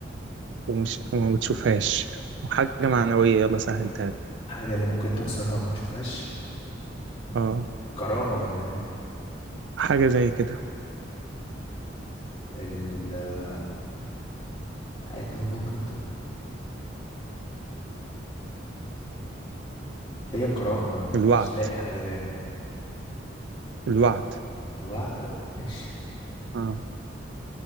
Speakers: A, on the right; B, on the left.
A: ومش وما بتشوفهاش وحاجة معنوية يلا سهلتها لك
B: حاجة اللي ممكن تكسرها وما تشوفهاش
A: اه
B: كرامة ولا
A: حاجة زي كده
B: ايه حاجة وجدت هي كرامة بقى
A: الوعد
B: مش لاقي حاجة تاني
A: الوعد
B: الوعد ماشي
A: اه